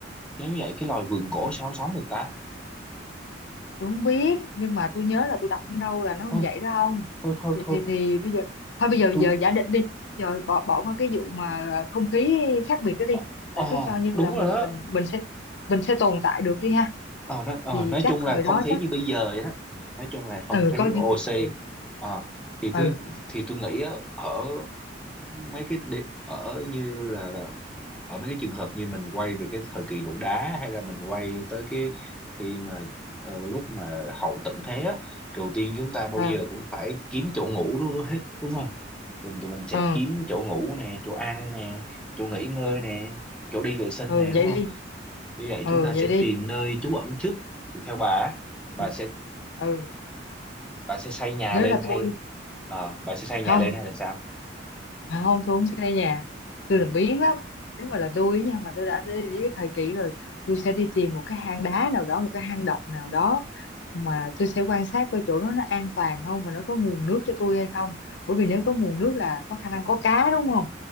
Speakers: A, in the centre; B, on the left (about 70°).
A: nếu vậy cái loài vượn
B: Ừ.
A: cổ sao sống được ta?
B: tôi không biết nhưng mà tôi nhớ là tôi đọc ở đâu là nó
A: Thôi
B: như vậy đó ông
A: thôi thôi
B: thì
A: thôi
B: thì thì bây giờ thôi bây giờ
A: tôi
B: giờ giả định đi giờ bỏ bỏ qua cái vụ mà không khí khác biệt đó đi
A: ờ ờ,
B: Ờ, cứ cho như
A: đúng
B: là mình
A: rồi đó
B: mình mình sẽ mình sẽ tồn tại được đi ha
A: ờ, nó, ờ,
B: thì
A: nói
B: chắc
A: chung là
B: thời
A: không
B: đó
A: khí
B: chắc
A: như bây giờ vậy đó nói chung là không
B: ừ
A: khí
B: coi như
A: OC
B: từ- ừ
A: ờ, thì thứ
B: ừ
A: thì tôi nghĩ á, ở mấy cái địa- ở như là ở mấy cái trường hợp như mình quay về cái thời kỳ đồ đá hay là mình quay tới cái khi mà ờ, lúc mà hậu tận thế á, đầu tiên chúng ta bao
B: ừ
A: giờ cũng phải kiếm chỗ ngủ đúng hết đúng không tụi, tụi mình sẽ
B: ừ
A: kiếm chỗ ngủ nè chỗ ăn nè chỗ nghỉ ngơi nè chỗ đi vệ sinh
B: ừ
A: nè đúng
B: vậy
A: không
B: đi
A: như vậy
B: ừ
A: chúng ta sẽ
B: vậy đi
A: tìm nơi trú ẩn trước Thì theo bà á, bà
B: ừ
A: sẽ
B: ừ,
A: bà sẽ xây nhà
B: nếu
A: lên
B: là
A: hay
B: tôi
A: ờ, bà sẽ xây
B: không
A: nhà lên hay là sao
B: À, không tôi không xây nhà tôi
A: ừ,
B: là biến lắm nếu mà là tôi nha mà tôi đã đi đến cái thời kỳ rồi tôi sẽ đi tìm một cái hang đá nào đó một cái hang động nào đó mà tôi sẽ quan sát coi chỗ đó nó an toàn không và nó có nguồn nước cho tôi hay không bởi vì nếu có nguồn nước là có khả năng có cá đúng không